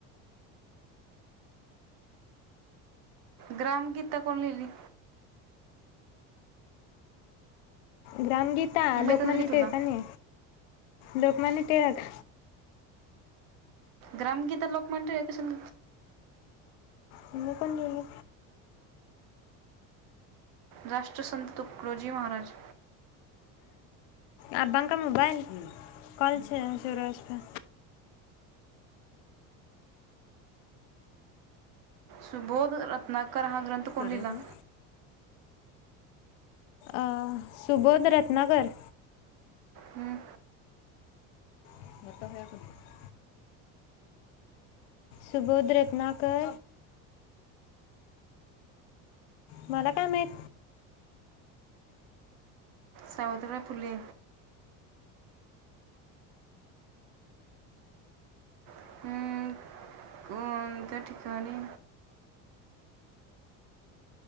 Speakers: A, on the right; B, on the left.
A: ग्रामगीता कोणी लिहिली
B: ग्राम गी
A: माहीत
B: लोकमान्य
A: असेल की तुला
B: टिळकांनी लोकमान्य टिळक
A: ग्रामगीता लोक म्हणतोय कसे <inaudible>
B: तुमी पण घेऊन य
A: राष्ट्रसंत तुकडोजी महाराज
B: आबांका मोबाईल कॉल शुरू हे उसपे
A: सुबोध रत्ना तर हा ग्रंथ कोण
B: अरे
A: लिहिला
B: भाई अ सुबोध रत्नाकर
A: हं,
B: आता हे कोणतं? सुबोध रत्नाकर मला काय माहित
A: सावित्रीबाई फुले हं, कोणत्या ठिकाणी